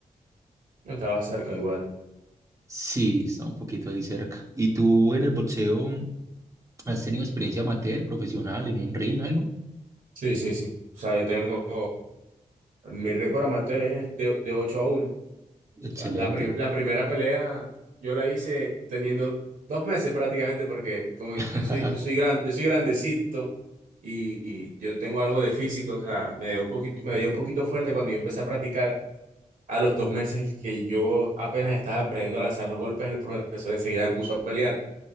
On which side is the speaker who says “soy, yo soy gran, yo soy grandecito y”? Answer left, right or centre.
Right